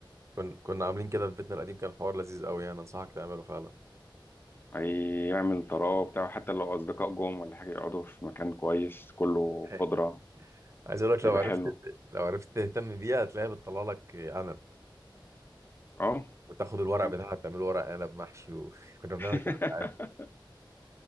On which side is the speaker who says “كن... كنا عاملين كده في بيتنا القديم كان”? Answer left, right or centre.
Right